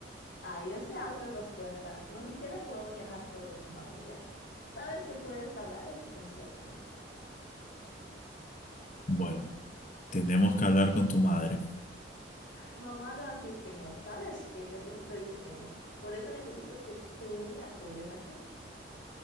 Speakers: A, on the left; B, on the left.
A: Ay, ese auto es dos puertas. No siquiera podemos viajar todos en familia. ¿Sabes que puedes pagar ese concierto?
B: Bueno, tenemos que hablar con tu madre.
A: Mamá no va a decir que no. ¿Sabes que ella siempre dice que no? Por eso necesito que tú me apoyes aquí.